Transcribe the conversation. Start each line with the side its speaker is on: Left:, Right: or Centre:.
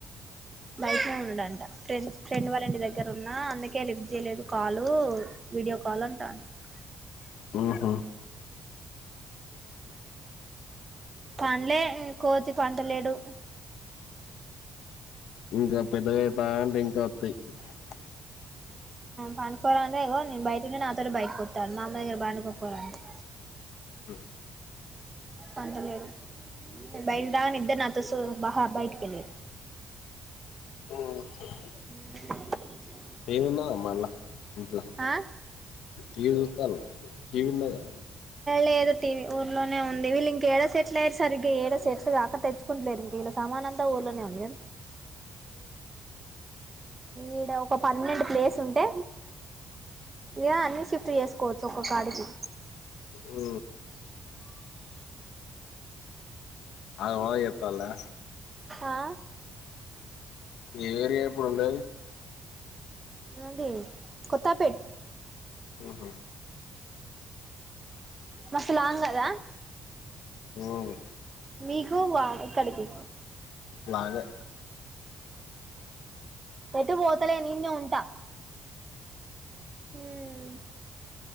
Right: బైటనే ఉన్నడంట ఫ్రెండ్స్ ఫ్రెండ్ వాళ్ళ ఇంటి దగ్గర ఉన్నా అందుకే లిఫ్ట్ చేయలేదు కాలు వీడియో కాల్ అంటాండు
Left: హా హా
Right: పండలే కోతి పంట లేడు
Left: ఇంకా పెద్దగై <unintelligible>
Right: పండుకోవాలంటే నేను బయటంటే నాతోటి బయట పోతాను మా అమ్మ దగ్గర పండుకోపోరా అంటే
Left: హ
Right: పంటలేడు బయలు రాని ఇద్దరు నాతోస బహా బయటిక వెళ్ళరు
Left: హ్
Right: హమ్
Left: ఏవున్నదమ్మ అల్ల ఇట్ల
Right: ఆ
Left: టీవీ చూస్తాల్ల టీవీ ఉన్నగా
Right: లేదు టీవీ ఊర్లోనే ఉంది వీల్లు ఇంక ఏడ సెటిల్ అయారు సారిగ్గా ఇక ఏడ సట్లు కాకట్ట తెచ్చ కులేరు ఇంక ఇలా సామానంతా ఊర్లోనే ఉంది కా ఈడ ఒక పర్మనెంట్ ప్లేస్ ఉంటే ఇక అన్ని షిఫ్ట్ చేసుకోవచ్చు ఒక్క కాడికి
Left: ఉ ఆగమగం చేతల్లా
Right: ఆ
Left: ఏ ఏరియా ఇప్పుడుండేది
Right: నాది కొత్తపేట్
Left: ఆహ్
Right: మస్సు లాంగ్ గద
Left: ఉమ్
Right: మీకు ఇక్కడికి
Left: లాగే
Right: పెట్టు పోతలేను ఇన్నె ఉంటా హమ్